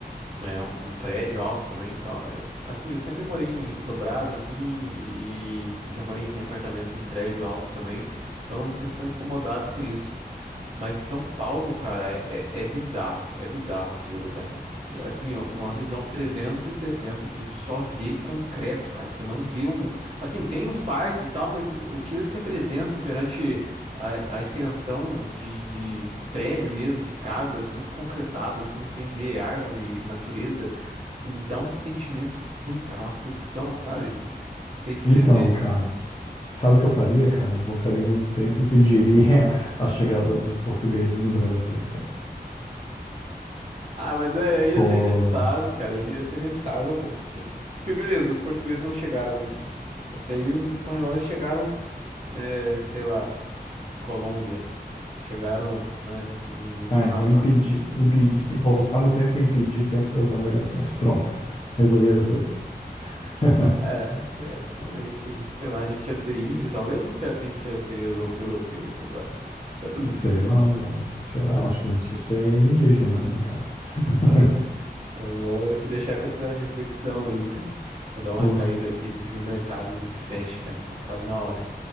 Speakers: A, on the right; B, on the left.
A: É um, um prédio alto também, e tal. É, Assim, eu sempre morei em em sobrado, assim, e já morei em apartamento em prédio alto também, então não me sinto tão incomodado com isso. Mas São Paulo, cara, é, é é bizarro. É bizarro aquele lugar. É, Assim, ó, uma visão 360, assim, tu só vê concreto, cara. Você não vê um. Assim, tem os parques e tal, mas o que eles representam perante a, a extensão de, de prédio mesmo, de casa, tudo concretado, assim, sem ver árvore, natureza, me dá um sentimento ruim, cara, uma aflição, sabe? Não sei descrever.
B: Então, cara. Sabe o que eu faria, cara? Eu voltaria no tempo e impediria <laughs> a, a chegada dos portugueses no Brasil, cara.
A: Ah, mas é, ia
B: Pô,
A: ser inevitável, cara. Ia ser inevitável, Porque beleza, os portugueses não chegaram aqui. Só que aí os espanhóis chegaram, é, sei lá, Colômbia. Chegaram, né, no, no
B: Ah,
A: Panamá.
B: então impedir, impedir, voltar no tempo e impedir o tempo das navegações. Pronto, cara. Resolvia tudo. <laughs>
A: É, é, realmente. Sei lá, a gente ia ser índio, talvez, ou será que a gente ia ser euro- europeu agora? Fica a dúvida.
B: Sei lá, velho. Sei lá,
A: É,
B: acho que a gente ia ser indígena, né, cara? <laughs>
A: é. Mas Eu vou te deixar com essa reflexão aí, cara. Vou dar uma
B: Pô,
A: saída aqui, tem que ir no mercado antes que feche, cara. Tá quase na hora.